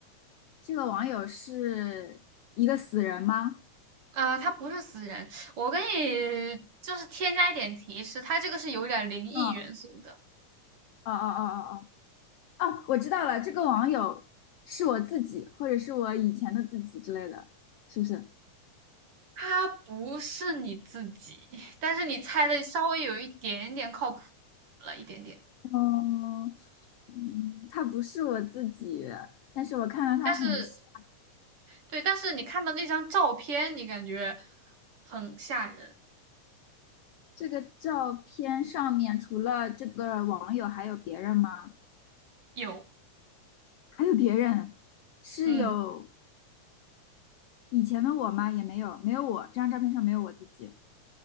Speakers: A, on the left (about 85°); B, on the right (about 55°).
A: 这个网友是一个死人吗？
B: 呃，他不是死人，我给你就是添加一点提示，他这个是有点灵异元素的，
A: 嗯，哦哦哦哦哦，哦，我知道了，这个网友是我自己，或者是我以前的自己之类的，是不是？
B: 他不是你自己，但是你猜的稍微有一点点靠谱了一点点，
A: 嗯嗯，它不是我自己，但是我看到他很像。
B: 但是对，但是你看到那张照片，你感觉很吓人，
A: 这个照片上面除了这个网友，还有别人吗？
B: 有，
A: 还有别人，是有
B: 嗯。
A: 以前的我吗？也没有，没有我。这张照片上没有我自己。